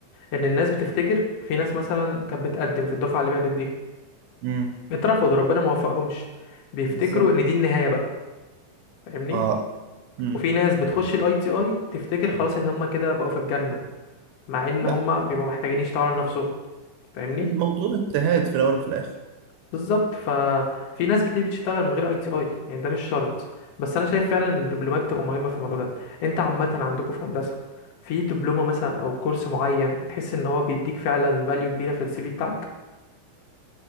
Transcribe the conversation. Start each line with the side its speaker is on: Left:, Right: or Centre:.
Left: ان الناس بتفتكر في ناس مثلا كانت بتقدم في الدفعه اللي فاتت دي
Right: امم
Left: اترفضوا ربنا ما وفقهمش بيفتكروا
Right: بالظبط
Left: ان دي النهايه بقى فاهمني
Right: آه. امم
Left: وفي ناس بتخش الاي تي اي تفتكر خلاص ان هم كده بقوا في الجنه مع ان
Right: لا
Left: هم بيبقوا محتاجين يشتغلوا على نفسهم فاهمني
Right: الموضوع اجتهاد في الاول وفي الاخر
Left: بالظبط ففي ناس كتير بتشتغل من غير اي تي اي يعني ده مش شرط بس انا شايف فعلا ان الدبلومات بتبقى مهمه في الموضوع ده انت عامه عندكم في هندسه في دبلومه مثلا او كورس معين بتحس ان هو بيديك فعلا فاليو كبيره في السي في بتاعك